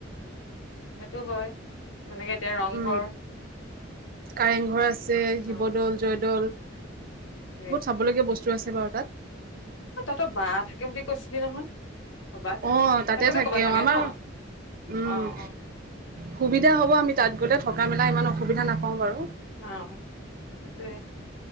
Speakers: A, on the left (about 80°); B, on the right (about 50°).
A: সেইটো হয়, যেনেকে এতিয়া ৰংঘৰ।
B: উম কাৰেংঘৰ আছে, শিৱদৌল,
A: অ
B: জয়দৌল বহুত
A: সেইটোৱে
B: চাবলগীয়া বস্তু আছে বাৰু তাত।
A: অ', তহঁতৰ 'বা' থাকে বুলি কৈছিলি নহয়? ক'বাত
B: অ' তাতে
A: সেইফালে
B: থাকে
A: ক'বাত
B: অ' আমাৰ,
A: ন
B: উম'
A: অ অ অ
B: সুবিধা হ'ব আমি তাত গলে, থকা মেলা ইমান অসুবিধা নাপাওঁ বাৰু।
A: অ'সেইটোৱে।